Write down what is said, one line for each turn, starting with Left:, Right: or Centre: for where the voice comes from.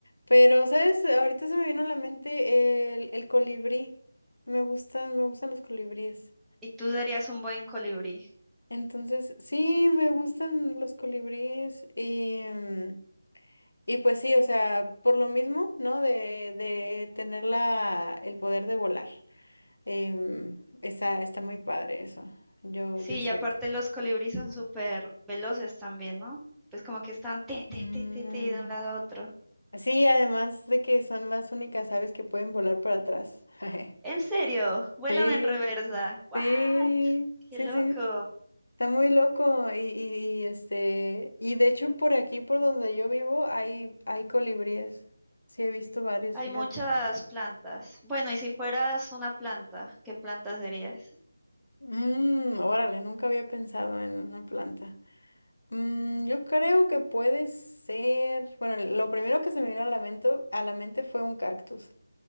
Left: pero sabes, ahorita se me vino a la mente el, el colibrí. Me gustan, me gustan los colibríes.
Centre: Y tú serías un buen colibrí.
Left: Entonces, sí, me gustan los colibríes y mm, Y pues sí, o sea, por lo mismo, ¿no? De, de tener la, el poder de volar. Em, está, está muy padre eso, yo,
Centre: Sí,
Left: yo siento.
Centre: y aparte los colibríes son súper veloces también, ¿no? Pues como que están te,
Left: Mm,
Centre: te, te, te, te, de un lado a otro.
Left: sí, además de que son las únicas aves que pueden volar para atrás. <laughs>
Centre: En serio, vuelan
Left: Sí,
Centre: en reversa. ¡What!
Left: sí,
Centre: ¡Qué
Left: sí,
Centre: loco!
Left: sí. Está muy loco. Y, y, y, este, y de hecho por aquí, por donde yo vivo, hay, hay colibríes. Sí, he visto varios,
Centre: Hay
Left: fíjate.
Centre: muchas plantas. Bueno, y si fueras una planta, ¿qué planta serías?
Left: Mm, órale, nunca había pensado en una planta. Mm, yo creo que puede ser. Bueno, lo primero que se me vino a la mente, a la mente fue un cactus.